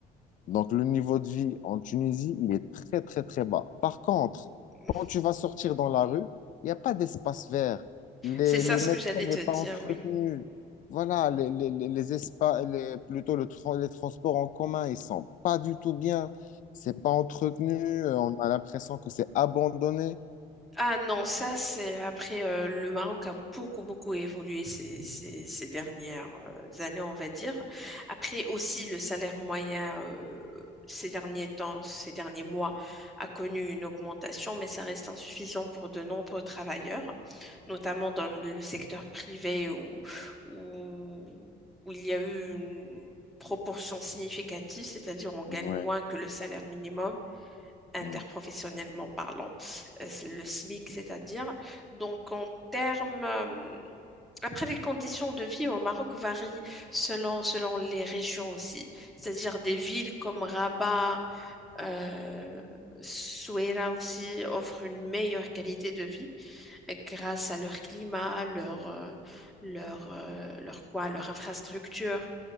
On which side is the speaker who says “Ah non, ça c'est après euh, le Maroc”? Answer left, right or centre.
Centre